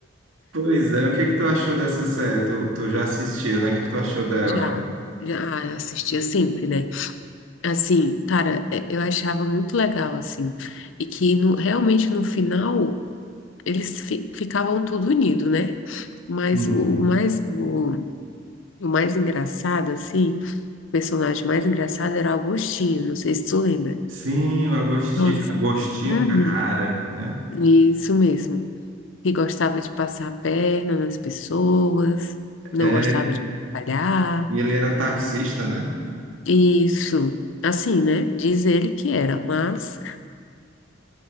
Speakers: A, on the right; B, on the left.
A: Pois é, o que que tu achou dessa série? Tu, tu já assistiu, né? O que que tu achou dela?
B: Já, já assistia sempre, né? Assim, cara, é- eu achava muito legal, assim, e que no, realmente no final eles fi- ficavam tudo unido, né? Mas
A: Uhum.
B: o, o mais, o, o mais engraçado, assim, o personagem mais engraçado era Augustinho, não sei se tu lembra.
A: Sim, o Agostinho,
B: Nossa,
A: Agostinho
B: uhum,
A: Carrara, né?
B: isso mesmo. Que gostava de passar a perna nas pessoas, não
A: É,
B: gostava de trabalhar.
A: E ele era taxista, né?
B: Isso, assim, né? Diz ele que era, mas